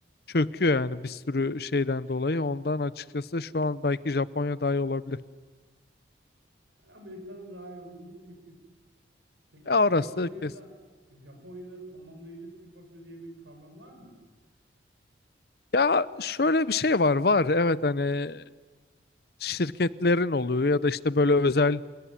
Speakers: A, on the left; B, on the right.
A: çöküyor yani bir sürü şeyden dolayı. Ondan açıkçası şu an belki Japonya daha iyi olabilir.
B: Amerika'nın daha iyi olduğumuz kesin. Peki
A: Ya orası
B: Japonya'da
A: kesin.
B: Japonya'da tamamlayıcı sigorta diye bir kavram var mı?
A: Ya şöyle bir şey var var evet hani şirketlerin oluyor ya da işte böyle özel